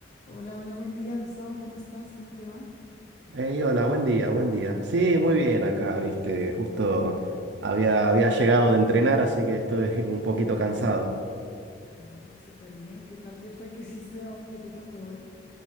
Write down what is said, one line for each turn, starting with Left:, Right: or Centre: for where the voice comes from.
Left: Hola, hola, buen día, Gustavo, ¿cómo estás? ¿Cómo te va?
Right: Ey, hola, buen día, buen día. Sí, muy bien acá, viste, justo había, había llegado de entrenar, así que estoy <laughs> un poquito cansado.
Left: Oh, súper bien, ¿qué tal te fue? ¿Qué hiciste hoy? ¿Qué te tocó hoy?